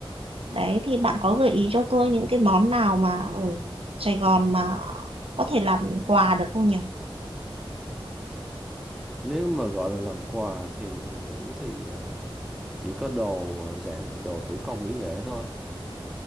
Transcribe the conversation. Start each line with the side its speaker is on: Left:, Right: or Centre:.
Right: Đấy thì bạn có gợi ý cho tôi những cái món nào mà ở Sài Gòn mà có thể làm quà được không nhỉ?
Centre: nếu mà gọi là làm quà thì mình nghĩ thì ờ, chỉ có đồ ờ, dạng đồ thủ công mỹ nghệ thôi